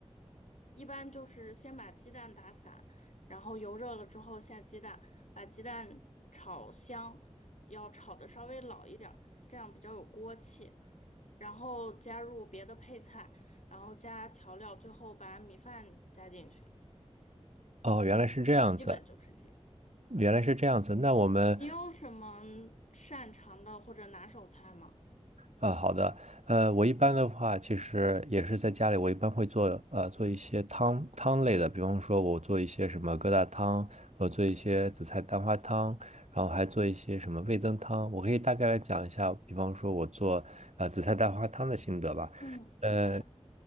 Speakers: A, on the left (about 85°); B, on the right (about 75°).
A: 一般就是先把鸡蛋打散，然后油热了之后下鸡蛋，把鸡蛋炒香，要炒的稍微老一点儿，这样比较有锅气。然后加入别的配菜，然后加调料，最后把米饭加进去，
B: 哦，原来是这样子。
A: 基本就是这样。
B: 原来是这样子，那我们，
A: 你有什么擅长的或者拿手菜吗？
B: 呃，好的，呃，我一般的话，其实也是在家里，我一般会做，呃，做一些汤汤类的，比方说，我做一些什么疙瘩汤，我做一些紫菜蛋花汤，然后还做一些什么味增汤。我可以大概来讲一下，比方说我做，呃，紫菜蛋花汤的心得吧。
A: 嗯，
B: 呃，
A: 好的。